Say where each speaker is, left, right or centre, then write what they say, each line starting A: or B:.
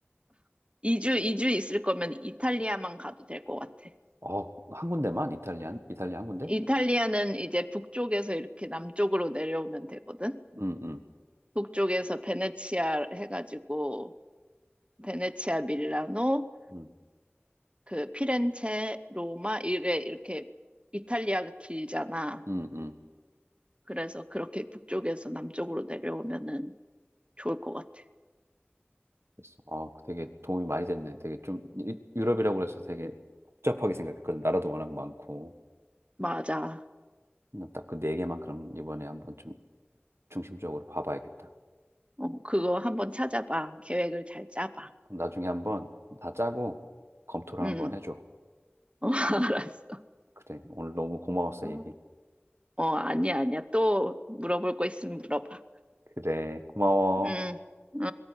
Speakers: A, on the right; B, on the right.
A: 2주, 2주 있을 거면 이탈리아만 가도 될 것 같아.
B: 어, 한 군데만? 이탈리안? 이탈리아 한 군데?
A: 이탈리아는 이제 북쪽에서 이렇게 남쪽으로 내려오면 되거든?
B: 음, 음,
A: 북쪽에서 베네치아 해가지고, 베네치아, 밀라노,
B: 음,
A: 그 피렌체, 로마, 이게 이렇게 이탈리아가 길잖아.
B: 음, 음.
A: 그래서 그렇게 북쪽에서 남쪽으로 내려오면은 좋을 것 같아.
B: 그래서 아, 그 되게 도움이 많이 됐네. 되게 좀 유- 유럽이라고 그래서 되게 복잡하게 생각했거든. 나라도 워낙 많고.
A: 맞아.
B: 딱 그 네 개만 그럼 이번에 한번 좀 중심적으로 봐봐야겠다.
A: 어, 그거 한번 찾아봐. 계획을 잘 짜봐.
B: 그럼 나중에 한번 다 짜고 검토를
A: 응.
B: 한번 해줘.
A: 어, <laughs> 알았어.
B: 그래. 오늘 너무 고마웠어,
A: 어,
B: 얘기.
A: 어, 아니야, 아니야. 또 물어볼 거 있으면 물어봐.
B: 그래. 고마워.
A: 응, 응.